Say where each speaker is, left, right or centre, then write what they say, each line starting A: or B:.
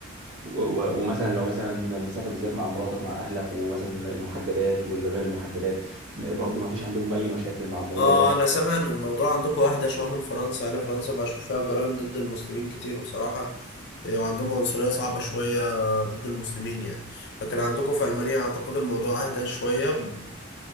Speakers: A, on the right (about 75°); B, on the left (about 55°).
A: و... و- ومثلا لو مثلا مسافر بالذات مع مراتك مع اهلك ومثلا المحجبات والغير المحجبات برضو ما فيش عندهم اي مشاكل مع الموضوع
B: اه
A: ده
B: انا سامع ان الموضوع عندكم اهدى شوية من فرنسا انا فرنسا بشوف فيها جرائم ضد المسلمين كتير بصراحة يعني عندهم عنصرية صعبة شوية ضد المسلمين يعني لكن عندكم في ألمانيا أعتقد الموضوع أهدى شوية ب-